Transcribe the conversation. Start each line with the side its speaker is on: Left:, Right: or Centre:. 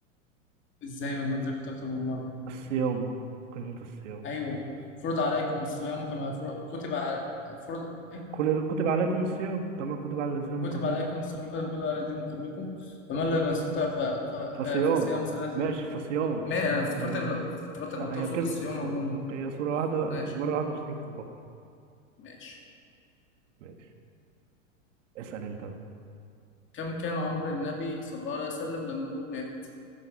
Left: إزاي ما اتذكرت أكتر من مرة
Right: الصيام كلمة الصيام
Left: أيوه فرض عليكم الصيام كما فر- كتب على فرض إيه
Right: كل كتب عليكم الصيام كما كتب على الذين من
Left: كتب
Right: قبلكم
Left: عليكم الصيام كما كتب على الذين من قبلكم فمن لم يستطع ف... ف...
Right: فصيام
Left: آه، فصيام ثلاثة
Right: ماشي فصيام
Left: ما
Right: فصيام
Left: أنا افتكرتك
Right: هي
Left: افتكرتك
Right: جاية- لا
Left: بتقصد
Right: هي كلمة
Left: الصيام
Right: الصيام
Left: عموما
Right: هي سورة واحدة
Left: ماشي
Right: مرة واحدة في سورة البقرة
Left: ماشي
Right: ماشي اسأل انت بقى
Left: كم كان عمر النبي صلى الله عليه وسلم لما هو مات؟